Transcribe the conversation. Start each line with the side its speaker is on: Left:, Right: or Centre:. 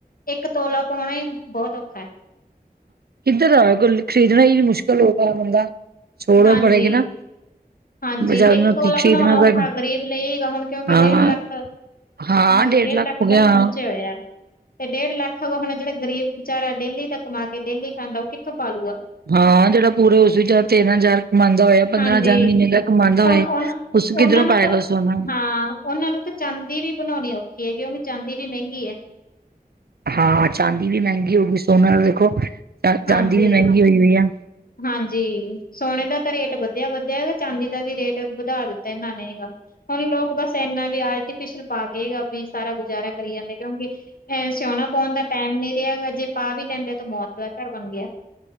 Left: ਇੱਕ ਤੋਲਾ ਪਾਉਣਾ ਬਹੁਤ ਔਖਾ ਐ।
Right: ਕਿੱਧਰ ਆ ਕੋ ਖਰੀਦਣਾ ਹੀ ਮੁਸ਼ਕਿਲ ਹੋਗਾ ਬੰਦਾ ਛੋੜੋ
Left: ਹਾਂਜੀ
Right: ਪੜੇਗਾ ਨਾ
Left: ਹਾਂਜੀ,
Right: ਬਜ਼ਾਰ
Left: ਇੱਕ ਤੋਲਾ
Right: ਖਰੀਦਣਾ
Left: ਬਣਾਣਾ ਔਖਾ
Right: ਤਾਂ
Left: ਗਰੀਬ ਲਈ ਹੀਗਾ ਹੁਣ ਕਿਉਂਕਿ ਡੇਢ
Right: ਹਾਂ
Left: ਲੱਖ
Right: ਹਾਂ
Left: ਨਾ ਡੇਢ ਲੱਖ
Right: ਹੋ ਗਿਆ
Left: ਤੱਕ ਪਹੁੰਚੇ
Right: ਹਾਂ
Left: ਹੋਏ ਆ। ਤੇ ਡੇਢ ਲੱਖ ਹੁਣ ਜਿਹੜਾ ਗਰੀਬ ਵਿਚਾਰਾ ਡੇਲੀ ਦਾ ਕਮਾ ਕੇ, ਡੇਲੀ ਖਾਂਦਾ। ਉਹ ਕਿੱਥੋਂ ਪਾਲੂਗਾ?
Right: ਹਾਂ ਜਿਹੜਾ ਪੂਰੇ ਉਸ ਚਾਰ ਤੇਨ ਚਾਰ ਕਮਾਉਦਾ ਹੋਇਆ। ਪੰਦਰਾਂ
Left: ਹਾਂਜੀ
Right: ਹਜ਼ਾਰ ਮਹੀਨੇ ਦਾ ਕਮਾਦਾ ਹੋਇਆ,
Left: ਉਨ ਉਨ
Right: ਉਸ
Left: ਉਹਨਾਂ
Right: ਕਿੱਧਰੋਂ
Left: ਨੂੰ
Right: ਪਾਏਗਾ
Left: ਤਾਂ
Right: ਸੋਣਾ।
Left: ਹਾਂ ਉਹਨਾਂ ਨੂੰ ਤਾਂ ਚਾਂਦੀ ਵੀ ਬਣਾਉਣੀ ਔਖੀ ਏ ਕਿਉਂਕਿ ਚਾਂਦੀ ਵੀ ਮਹਿੰਗੀ ਐ।
Right: ਹਾਂ, ‌ ਚਾਂਦੀ ਵੀ ਮਹਿੰਗੀ ਹੋ ਗਈ। ਸੋਨਾ ਤਾਂ ਦੇਖੋ ਚ
Left: ਹਾਂਜੀ
Right: ਚਾਂਦੀ ਵੀ ਮਹਿੰਗੀ ਹੋਈ ਹੋਈ ਆ।
Left: ਹਾਂਜੀ, ਸੋਨੇ ਦਾ ਤਾਂ ਰੇਟ ਵਧਿਆ-ਵਧਿਆ ਹੈਗਾ, ਚਾਂਦੀ ਦਾ ਵੀ ਰੇਟ ਵਧਾ ਦਿੱਤਾ ਇਹਨਾਂ ਹੈਗਾ। ਹੁਣ ਲੋਕ ਬਸ ਇੰਨਾ ਵੀ ਆਰਟੀਫਿਸ਼ਲ ਪਾ ਕੇ ਵੀ ਸਾਰਾ ਗੁਜ਼ਾਰਾ ਕਰੀ ਜਾਂਦੇ ਕਿਉਂਕਿ ਐ ਸੋਨਾ ਪਾਉਣ ਦਾ ਟਾਈਮ ਨਹੀਂ ਰਿਹਾ ਹੈਗਾ, ਜੇ ਪਾ ਵੀ ਲੈਂਦੇ ਆ ਤਾਂ ਮੌਤ ਦਾ ਘਰ ਬਣ ਗਿਆ।